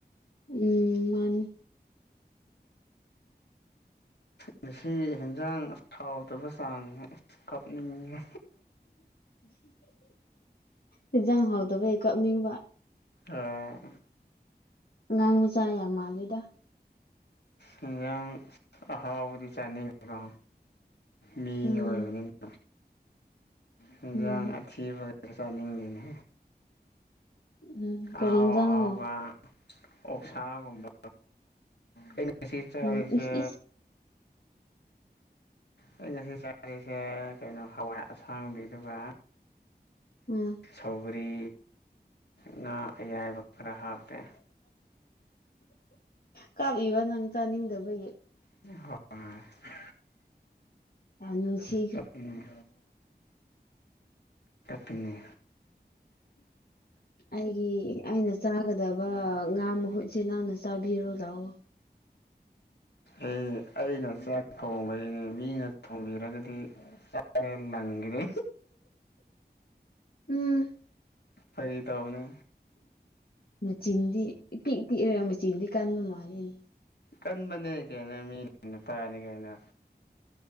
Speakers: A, on the left; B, on the left.
A: ꯎꯝ ꯃꯥꯅꯤ
B: ꯉꯁꯤ ꯑꯦꯟꯁꯥꯡ ꯍꯥꯎꯇꯕ ꯆꯥꯡꯗꯤ ꯀꯞꯅꯤꯡꯉꯦ
A: ꯍꯦꯟꯁꯥꯡ ꯍꯥꯎꯇꯕꯒꯤ ꯀꯞꯅꯤꯡꯕ
B: ꯑꯥ
A: ꯑꯉꯥꯡ ꯃꯆꯥ ꯌꯥꯝ ꯃꯥꯜꯂꯤꯗ
B: ꯍꯦꯟꯁꯥꯡ ꯑꯍꯥꯎꯕꯗꯤ ꯆꯅꯤꯡꯕ ꯃꯤ
A: ꯎꯝ
B: ꯑꯣꯏꯕꯅꯤꯅ ꯍꯦꯟꯁꯥꯡ
A: ꯎꯝ
B: ꯑꯊꯤꯕꯗꯤ ꯆꯥꯅꯤꯡꯗꯦꯅꯦ
A: ꯎꯝ ꯀꯔꯤ
B: ꯑꯍꯥꯎ
A: ꯏꯟꯖꯥꯡꯅꯣ
B: ꯑꯍꯥꯎꯕ ꯑꯣꯛꯁꯥꯒꯨꯝꯕ ꯑꯩꯅ ꯉꯁꯤ ꯆꯥꯔꯤꯁꯦ
A: ꯎꯝ ꯏꯁ ꯏꯁ <inaudible>
B: ꯑꯩꯅ ꯉꯁꯤ ꯆꯥꯔꯤꯁꯦ ꯀꯩꯅꯣ ꯍꯋꯥꯏ ꯑꯁꯥꯡꯕꯤꯗꯨꯒ
A: ꯎꯝ
B: ꯁꯧꯒ꯭ꯔꯤ ꯉꯥ ꯑꯌꯥꯏꯕ ꯈꯔ ꯍꯥꯞꯄꯦ
A: ꯀꯞꯄꯤꯕ ꯅꯪ ꯆꯥꯅꯤꯡꯗꯕꯒꯤ
B: <inaudible>
A: ꯌꯥꯝ ꯅꯨꯡꯁꯤ
B: ꯀꯞꯄꯤꯅꯦ ꯀꯞꯄꯤꯅꯦ
A: ꯑꯩꯒꯤ ꯑꯩꯅ ꯆꯥꯒꯗꯕ ꯉꯥ ꯃꯍꯨꯠꯁꯦ ꯅꯪꯅ ꯆꯥꯕꯤꯔꯣ ꯂꯥꯛꯑꯣ
B: ꯑꯩ ꯑꯩꯅ ꯆꯥꯛ ꯊꯣꯡꯕꯩꯅꯦ ꯃꯤꯅ ꯊꯣꯡꯕꯤꯔꯒꯗꯤ ꯆꯥꯛꯀ ꯂꯡꯒꯤꯅꯤ
A: ꯎꯝ
B: ꯐꯥꯒꯤ ꯇꯧꯕꯅꯦ
A: ꯃꯆꯤꯟꯗꯤ ꯏꯄꯤꯛ ꯄꯤꯛꯂꯒ ꯃꯆꯤꯟꯗꯤ ꯀꯟꯕ ꯃꯥꯜꯂꯦꯅꯦ
B: ꯀꯟꯕꯅꯦ ꯀꯩꯅꯣ ꯃꯤ ꯅꯨꯄꯥꯅꯦ ꯀꯩꯅꯣ